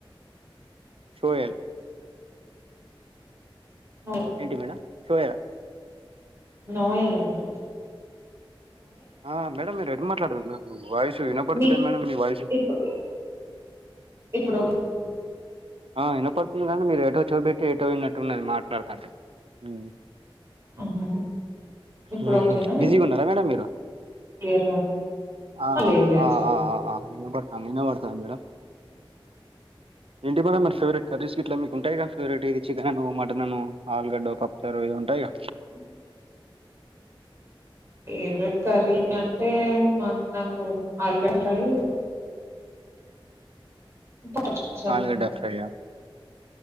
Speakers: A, on the right (about 80°); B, on the right (about 30°).
A: సోయల్
B: నోయల్
A: ఏంటి మేడం సోయల్ ఆ
B: నోయలండి
A: ఆ మేడం ఎటు మాట్లాడదాం. నాకు వయిసు విన పడుతులే
B: మీ
A: మేడం మీ వయిసు
B: ఇప్పుడు ఇప్పుడు
A: ఆ వినపడుతుంది కాని మీరు ఎటో చూపెట్టి ఏటో వినట్టున్నది. మాట్లాడుతంటే ఉ
B: ఆహా ఇప్పుడు
A: హు
B: ఓకేనా
A: హు
B: మీకు
A: బిజీగా ఉన్నారా, మేడం మీరు
B: క్లియర్గా
A: ఆ
B: లేదు లేదు
A: ఆ
B: చెప్పండి
A: ఆ ఆ వినబడుతుంది. అ వినపడుతుందా మేడం ఇంటి మ మ సవర కర్రీస్ ఇట్లా మీకు ఉంటాయక ఫేవరెట్ ఇది చికెన్ అను, మటన్ అను, ఆలుగడ్డ పప్పుచారు, ఇవి ఉంటాయిగా.
B: అ ఫేవరెట్ కర్రీ అంటే మా నాకు ఆలుగడ్డ ఫ్రై పచ్చిపులుసు అండి
A: ఆలుగడ్డ ఫ్రై అ